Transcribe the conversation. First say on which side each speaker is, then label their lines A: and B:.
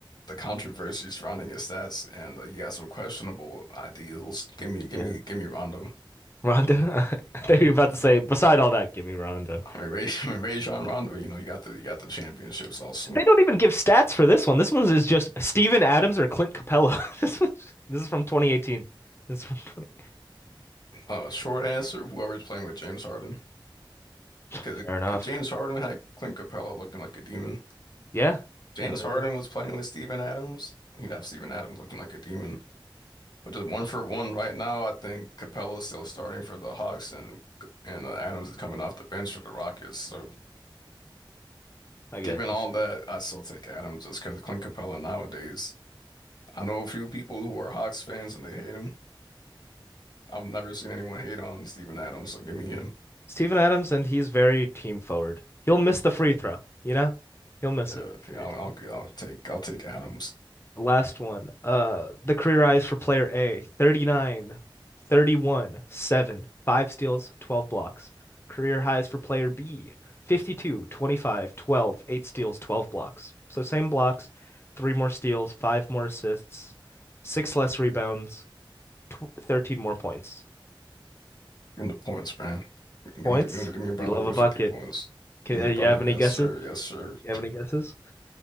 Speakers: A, on the left; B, on the left.
A: the controversy surrounding his stats, and uh, he had some questionable ideals. Give me, give
B: Yeah.
A: me, give me Rondo.
B: Rhonda? <laughs> I thought
A: Rondo.
B: you were about to say, beside all that, give me Rhonda.
A: I mean, Ray, <laughs> I mean, Rajon Rondo, you know, you got the you got the championships also.
B: They don't even give stats for this one. This one is just Steven Adams or Clint Capella. <laughs> this, one, this is from 2018. This is from 20.
A: Uh, short answer, whoever's playing with James Harden,
B: <laughs> Fair
A: because
B: enough.
A: James Harden had Clint Capella looking like a demon.
B: Yeah,
A: James
B: you right
A: Harden
B: it.
A: was playing with Steven Adams, you'd have Steven Adams looking like a demon. But just one for one right now, I think Capella is still starting for the Hawks, and and uh, Adams is coming off the bench for the Rockets. So
B: I got
A: given
B: you.
A: all that, I still take Adams just because Clint Capella nowadays. I know a few people who are Hawks fans and they hate him, I've never seen anyone hate on Steven Adams, so give me him.
B: Steven Adams, and he's very team forward. He'll miss the free throw, you know? He'll miss
A: Yeah,
B: it for your
A: yeah, I'll,
B: team.
A: I'll gi- I'll take I'll take Adams.
B: Last one. Uh, the career highs for player A, 39, 31, 7, 5 steals, 12 blocks. Career highs for player B, 52, 25, 12, 8 steals, 12 blocks. So same blocks, 3 more steals, 5 more assists, 6 less rebounds, tw 13 more points.
A: Give him the points, man. Give
B: Points?
A: me give me, give me a brother
B: You love
A: with
B: a bucket.
A: 50 points.
B: Can,
A: Give
B: uh,
A: me
B: you
A: brother,
B: have any
A: yes
B: guesses?
A: sir, yes sir.
B: You have any guesses?